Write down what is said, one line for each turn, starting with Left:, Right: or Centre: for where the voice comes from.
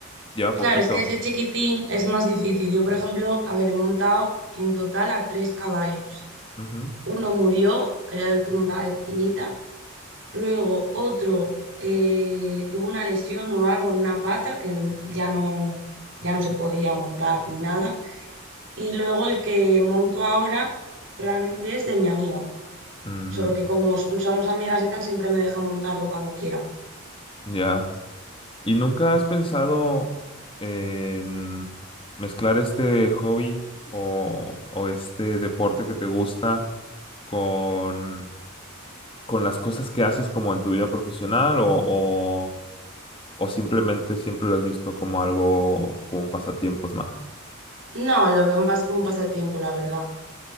Left: lleva
Right: Claro,
Left: poquito.
Right: es que desde chiquitín es más difícil. Yo por ejemplo, a ver, he montado en total a tres caballos.
Left: Ujú.
Right: Uno murió, que era el que montaba de pequeñita. Luego otro eh, tuvo una lesión o algo en una pata que ya no, ya no se podía montar ni nada. Y luego el que monto ahora realmente es de mi amiga.
Left: Mm,
Right: Solo que como s- somos amigas y tal, siempre me deja montarlo cuando quiera.
Left: ya. ¿Y nunca has pensado en mezclar este hobby o, o este deporte que te gusta con, con las cosas que haces como en tu vida profesional o, o, o simplemente siempre lo has visto como algo, como pasatiempos más?
Right: No, lo veo más como un pasatiempo, la verdad.